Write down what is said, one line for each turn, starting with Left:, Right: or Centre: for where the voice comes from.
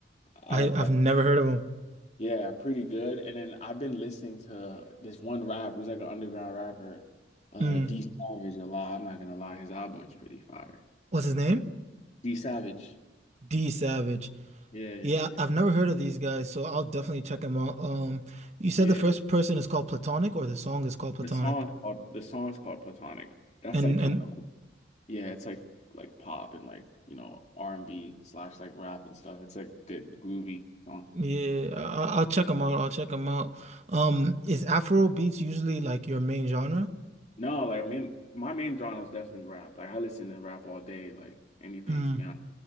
Left: I
Right: I
Left: like
Right: I've
Left: that.
Right: never heard of him.
Left: Yeah, pretty good. And then I've been listening to this one rapper who's like an underground rapper, uh
Right: Mm.
Left: D Savage a lot. I'm not gonna lie, his album is pretty fire.
Right: What's his name?
Left: D Savage.
Right: D Savage.
Left: Yeah, yeah,
Right: Yeah,
Left: yeah.
Right: I've never heard of these guys, so I'll definitely check them out. Um, you said
Left: Yeah.
Right: the first person is called Platonic, or the song is called Platonic,
Left: The song's called the song's called Platonic. That's
Right: and
Left: like kind
Right: and
Left: of yeah, it's like like pop and like, you know, R and B slash like rap and stuff. It's like good groovy song.
Right: yeah, I, I'll check them out. I'll check them out. Um, is Afro beats usually like your main genre?
Left: No, like I mean my main genre is definitely rap. Like I listen to rap all day, like anything
Right: Mm.
Left: to be honest.